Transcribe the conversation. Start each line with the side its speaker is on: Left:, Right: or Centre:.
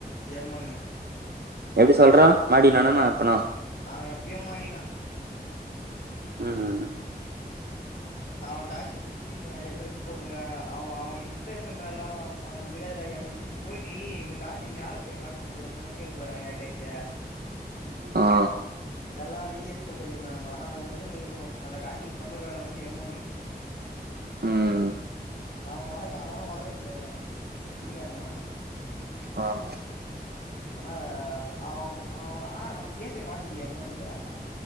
Left: எம் ஒன்னு
Right: எப்டி சொல்றா மர்டி நதானா அனுப்புனு
Left: அவ எப்யோ மாட்டிங்னா
Right: ம் ம்
Left: அவ காஸ்டியூம் வச்சு நெறைய பேரு போட்னு இருக்காங்க அவ அவ இன்ஸ்பிரேஷன் பேர் எல்லாரு ஆ தெரியாதுடா எம் இப் இப்ப போயிட்டு இந்த காஸ்ட்யூம் யாரோட காஸ்ட்யூம் ப்ரோ சும்மா கேட்டு பாறே யார்ட்டாச்ச
Right: ஆ
Left: எல்லா இ எஸ் போட்டுட்டுன்னாங்க ஆனா நா ஒர்ஜினல் ல் அந்த காஸ்ட்யூம் சொந்தக்கார வந் எம் ஒன்னு
Right: ம்
Left: அவ வடக்க அவனு வடகன் போயிறா இந்திக்காரத அவனு
Right: ஆ ஆ
Left: ஆனா அவோ அவோ ஆ கேம்ப்பிளே பாத்திருக்கிய எம் ஒன்த